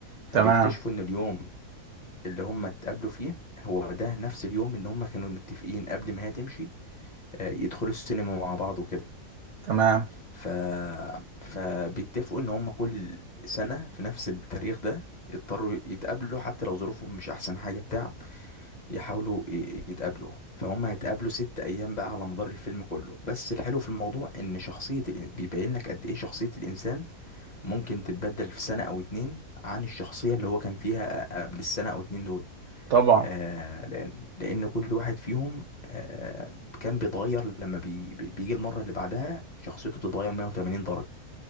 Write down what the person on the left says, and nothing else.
فبيكتشفوا
ان اليوم اللي هم اتقابلوا فيه هو ده نفس اليوم اللي هم كانوا متفقين قبل ما هي تمشي آه، يدخلوا السينما مع بعض وكده
ف... فبيتفقوا ان هم كل سنة في نفس التاريخ ده يضطروا يتقابلوا حتى لو ظروفهم مش احسن حاجة بتاع يحاولوا ي- يتقابلوا فهم هيتقابلوا ست ايام بقى على مدار الفيلم كله بس الحلو في الموضوع ان شخصية الإن- بيبين لك قد ايه شخصية الانسان ممكن تتبدل في سنة أو اتنين عن الشخصية اللي هو كان فيها قبل السنة أو اتنين دول
آه لأن لأن كل واحد فيهم آه كان بيتغير لما بي بي- بيجي المرة اللي بعدها شخصيته بتتغير 180 درجة